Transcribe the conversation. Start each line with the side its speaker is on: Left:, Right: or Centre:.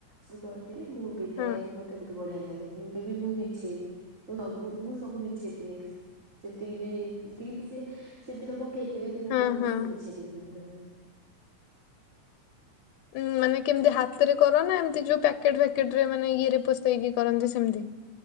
Right: ସବୁ କରିଦେଇ ମୁଁ ବିଦାୟା
Left: ହଁ।
Right: କୁ ମତ ତେ ବୋହୁତ ବଢିଆ ଲାଗେ ମୁଁ ବି ମୁଁ ବିଛେଇବି ସବୁ ମୁଁ ସବୁ ବିଛେଇଦିଏ। ଯେତିକି ବି ଯେତିକି ବି ସିଏ ସେଦିନ ପକେଇଥିବେ ତ ମୁଁ
Left: ହଁ
Right: କଣ କରିବି
Left: ହଁ।
Right: ନା ମୁଁ ସବୁ ବିଛେଇଦବି ସେଦିନ।
Left: ଉଁ ମାନେ କେମିତି ହାତରେ କର ନା ଏମିତି ଯୋଉ ପ୍ୟାକେଟ୍ ଫ୍ୟାକେଟ ରେ ମାନେ ଇଏରେ ପଷେଇକି କରନ୍ତି ସେମିତି?